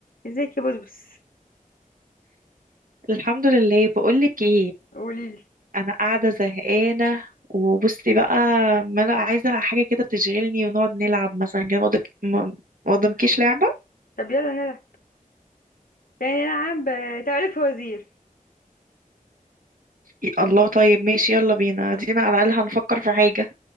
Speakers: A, on the left; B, on the right.
A: ازيك يا بسبس
B: الحمد لله بقولك ايه
A: قولي لي
B: انا قاعده زهقانه وبصي بقى ما انا عايزه حاجه كده تشغلني ونقعد نلعب مثلا كده ما قدامك- ما ما قدامكيش لعبه
A: طب يلا نلعب تاني نلعب آه، تعالي لك فوازير
B: ي- الله طيب ماشي يلا بينا دينا على الاقل هنفكر في حاجه